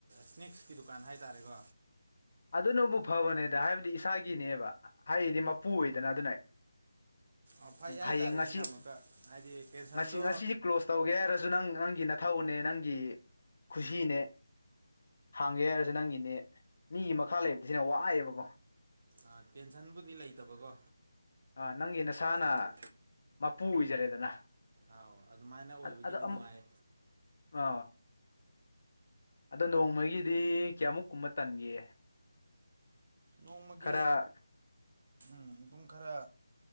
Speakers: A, on the right; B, on the left.
A: ꯁ꯭ꯅꯦꯛꯁꯀꯤ ꯗꯨꯀꯥꯟ ꯍꯥꯏꯇꯥꯔꯦꯀꯣ
B: ꯑꯗꯨꯅꯕꯨ ꯐꯕꯅꯦꯗ ꯍꯥꯏꯕꯗꯤ ꯏꯁꯥꯒꯤꯅꯦꯕ ꯍꯥꯏꯔꯤꯗꯤ ꯃꯄꯨ ꯑꯣꯏꯗꯅ ꯑꯗꯨꯅ
A: ꯑ ꯐꯩ
B: ꯍꯌꯦꯡ
A: ꯍꯥꯏꯇꯥꯔꯦ
B: ꯉꯁꯤ
A: ꯁꯤꯅ ꯑꯃꯨꯛꯀ ꯍꯥꯏꯗꯤ ꯄꯦꯟꯁꯟꯗꯣ
B: ꯉꯁꯤ ꯉꯁꯤꯗꯤ ꯀ꯭ꯂꯣꯁ ꯇꯧꯒꯦ ꯍꯥꯏꯔꯁꯨ ꯅꯪ ꯅꯪꯒꯤ ꯅꯊꯧꯅꯦ ꯅꯪꯒꯤ ꯈꯨꯁꯤꯅꯦ ꯍꯥꯡꯒꯦ ꯍꯥꯏꯔꯁꯨ ꯅꯪꯒꯤꯅꯦ ꯃꯤꯒꯤ ꯃꯈꯥ ꯂꯩꯕꯁꯤꯅ ꯋꯥꯑꯦꯕꯀꯣ
A: ꯑꯥ ꯇꯦꯟꯁꯟꯕꯨꯗꯤ ꯂꯩꯇꯕꯀꯣ
B: ꯑꯥ ꯅꯪꯒꯤ ꯅꯁꯥꯅ
A: ꯏꯁꯥꯒꯤ
B: ꯃꯄꯨ ꯑꯣꯏꯖꯔꯦꯗꯅ
A: ꯑꯥꯎ ꯑꯗꯨꯃꯥꯏꯅ ꯑꯣꯏꯕꯒꯤꯗꯤ
B: ꯑꯠ ꯑꯗꯣ ꯑꯃ
A: ꯅꯨꯡꯉꯥꯏꯌꯦ
B: ꯑ ꯑꯗꯣ ꯅꯣꯡꯃꯒꯤꯗꯤ ꯀꯌꯥꯃꯨꯛ ꯀꯨꯝꯕ ꯇꯟꯒꯦ
A: ꯅꯣꯡꯃꯒꯤ
B: ꯈꯔ
A: ꯎꯝ ꯑꯗꯨꯝ ꯈꯔ